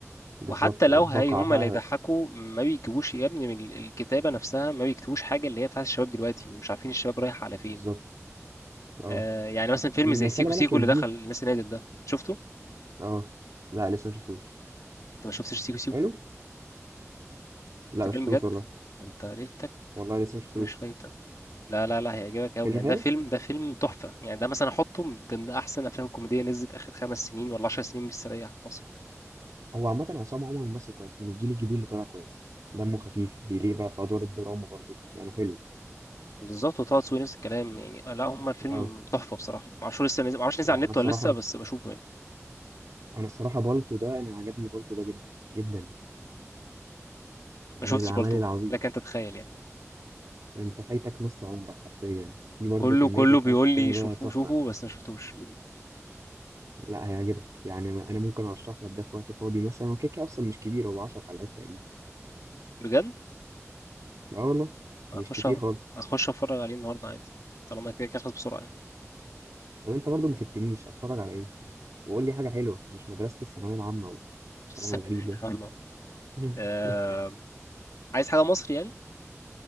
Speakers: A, on the right; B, on the left.
A: بالظبط
B: وحتى لو
A: بقع
B: هي هما
A: بقى
B: اللي يضحكوا ما بيجيبوش يا ابني من ال- الكتابه نفسها ما بيكتبوش حاجه اللي هي بتاعت الشباب دلوقتي مش عارفين الشباب رايح على فين
A: بالظبط اه
B: آه يعني مثلا فيلم
A: يمكن
B: زي سيكو
A: خلي بالك
B: سيكو
A: الجيل
B: اللي دخل الناس اللي نازل ده شفته
A: اه لا لسه ما شفتوش
B: انت ما شفتش سيكو سيكو
A: حلو لا
B: انت
A: ما
B: كلمه
A: شفتوش
B: بجد
A: والله
B: انت ليلتك
A: والله لسه ما شفتوش
B: مش شويه لا لا لا هيعجبك قوي
A: فيلم
B: يعني
A: حلو
B: ده فيلم ده فيلم تحفة يعني ده مثلا احطه من ضمن احسن افلام كوميدية نزلت اخر خمس سنين ولا عشر سنين مستريح في مصر
A: هو عامة عصام عمر ممثل كويس من الجيل الجديد اللي طالع كويس دمه خفيف بيليه بقى في أدوار الدراما برضو يعني حلو
B: بالظبط وطه دسوقي نفس الكلام يعني آه، لا هما الفيلم
A: اه
B: تحفة بصراحة معرفش هو لسه نزل معرفش نزل
A: يعني
B: على النت
A: أنا الصراحة
B: ولا لسه بس بشوفه يعني
A: أنا الصراحة بالتو ده أنا عجبني بالتو ده جدا جدا كان
B: ما
A: من
B: شفتش
A: الأعمال
B: بالطو
A: العظيمة
B: لكن تتخيل يعني
A: أنت فايتك نص عمرك حرفيا في برضو
B: كله
A: كمية
B: كله
A: إفيهات
B: بيقول
A: في الفيلم
B: لي شوفوه
A: ده تحفة
B: شوفوه بس ما شفتوش
A: لا هيعجبك يعني أنا ممكن أرشح لك ده في وقت فاضي مثلا وكيكة أصلا مش كبير هو 10 حلقات تقريبا
B: بجد
A: اه والله
B: هخش
A: مش كتير
B: أ-
A: خالص
B: هخش اتفرج عليه النهارده عادي طالما كده كده خلص بسرعة يعني
A: طب أنت برضو ما فتنيش هتفرج على إيه وقول لي حاجة حلوة مش مدرسة الثانوية العامة والكلام
B: <laughs> بس-
A: الغريب ده
B: أما.
A: <laughs>
B: آه... عايز حاجة مصري يعني